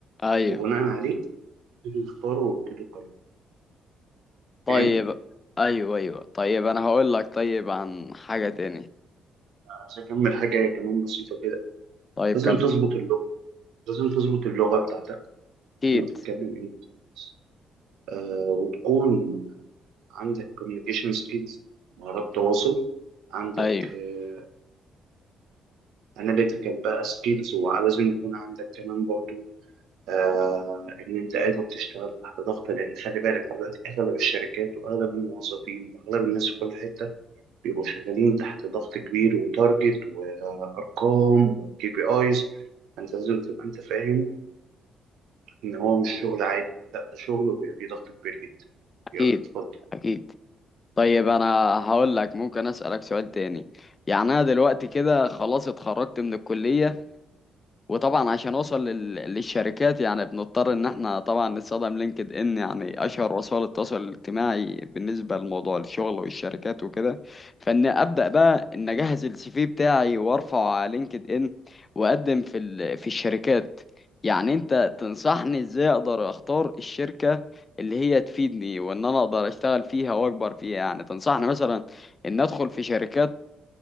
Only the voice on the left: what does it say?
ايوه
طيب
ايوه ايوه طيب انا هقول لك طيب عن حاجة تاني
طيب
كمل
اكيد
ايوه
اكيد
اكيد طيب انا هقول لك ممكن اسالك سؤال تاني يعني انا دلوقتي كده خلاص اتخرجت من الكلية وطبعا عشان اوصل لل- للشركات يعني بنضطر ان احنا طبعا نستخدم لينكد ان يعني اشهر وسائل التواصل الاجتماعي بالنسبه لموضوع الشغل والشركات وكده فان ابدا بقى ان اجهز السي في بتاعي وارفعه على لينكد ان واقدم في ال- في الشركات يعني انت تنصحني ازاي اقدر اختار الشركه اللي هي تفيدني وان انا اقدر اشتغل فيها واكبر فيها يعني تنصحني مثلا ان ادخل في شركات